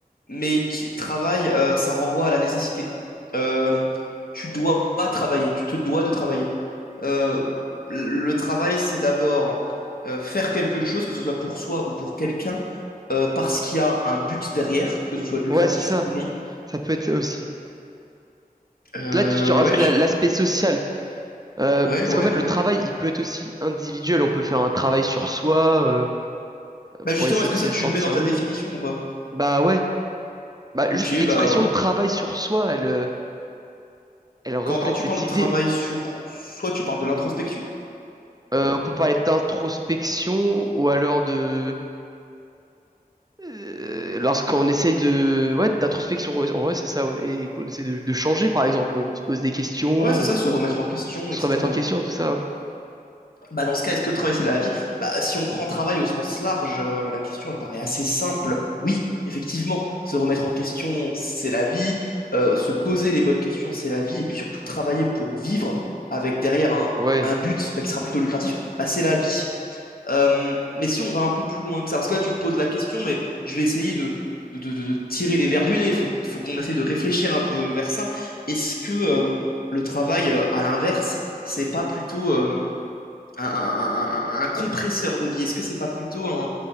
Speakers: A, on the left (about 70°); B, on the right (about 25°).
A: mais qui travaille, euh, ça renvoie à la nécessité. Euh, tu dois travailler, tu te dois de travailler. Euh, le le travail, c'est d'abord euh, faire quelque chose, que ce soit pour soi ou pour quelqu'un, euh, parce qu'il y a un but derrière, que ce soit lucratif
B: Ouais, c'est ça.
A: ou non.
B: Ça peut être ça aussi.
A: Euh,
B: Là, tu, tu rajoutes
A: ouais,
B: la-
A: je-
B: l'aspect social. Euh,
A: ouais,
B: parce
A: ouais,
B: qu'en fait,
A: ouais.
B: le travail, il peut être aussi individuel. On peut faire un travail sur soi euh,
A: Bah justement,
B: pour essayer
A: est-ce que
B: de se
A: ça, tu
B: sentir
A: le mets dans ta
B: mieux.
A: définition ou pas?
B: Bah ouais. Bah
A: Ok,
B: juste l'expression
A: bah ouais.
B: travail sur soi, elle euh, elle reflète
A: Quand, quand tu
B: cette
A: parles
B: idée.
A: de travail sur soi, tu parles de l'introspection.
B: Euh, on peut parler d'introspection ou alors de euh, lorsqu'on essaye de ouais d'introspection ouais, en vrai, c'est ça ouais et qu'on essaie de, de changer par exemple on, on se pose des questions
A: Ouais, c'est ça, se remettre en question,
B: on
A: etc.
B: se remet en question
A: ouais.
B: tout ça ouais
A: Bah, dans ce cas, est-ce que le travail, c'est la vie? Bah, si on prend travail au sens large, euh, la question, elle paraît assez simple. Oui, effectivement, se remettre en question, c'est la vie. Euh, se poser les bonnes questions, c'est la vie. Et puis surtout, travailler pour vivre avec derrière un,
B: ouais
A: un but bah, qui sera plutôt lucratif, bah, c'est la vie. Euh, mais si on va un peu plus loin que ça, parce que là tu te poses la question, mais je vais essayer de, de, de- de- de tirer les vers du nez, il faut, faut qu'on essaie de réfléchir un peu vers ça. Est-ce que euh, le travail, euh, à l'inverse, c'est pas plutôt euh, un, un- un- un compresseur de vie? Est-ce que c'est pas plutôt un,